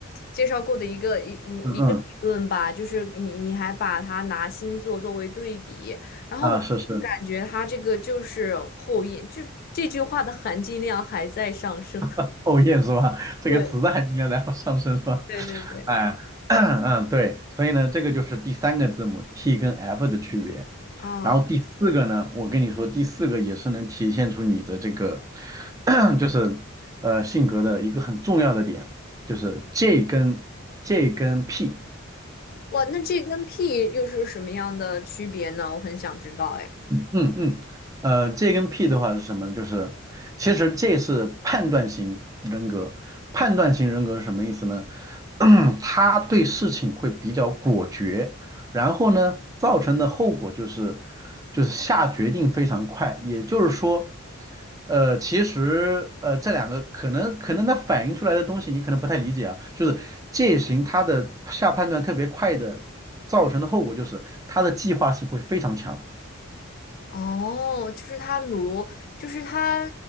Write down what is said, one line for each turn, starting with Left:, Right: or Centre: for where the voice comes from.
Left: 介绍过的一个一一一个理论吧，
Right: 嗯嗯
Left: 就是你你还把它拿星座作为对比，然后我感觉它这个就是后印，
Right: 啊，是是。
Left: 就是这句话的含金量还在上升。<laughs>
Right: <laughs> 后验是吧？这个词的含该然在上升是吧？
Left: 对对对对。
Right: 哎，<clears throat> 嗯，对，所以呢，这个就是第三个字母 T 跟 F 的区别。
Left: 啊，
Right: 然后第四个呢，我跟你说，第四个也是能体现出你的这个，<coughs> <clears throat> 就是呃性格的一个很重要的点，就是 J 跟 J 跟 P。
Left: 哇，那这跟 P 又是什么样的区别呢？我很想知道，哎。
Right: 嗯嗯，呃，J 跟 P 的话是什么呢？就是其实 J 是判断型人格，判断型人格是什么意思呢？<clears throat> 他对事情会比较果决，然后呢，造成的后果就是就是下决定非常快，也就是说，呃，其实呃这两个可能可能它反映出来的东西你可能不太理解啊，就是 J 型他的下判断特别快的造成的后果就是他的计划性会非常强。
Left: 哦，就是他卢，就是他，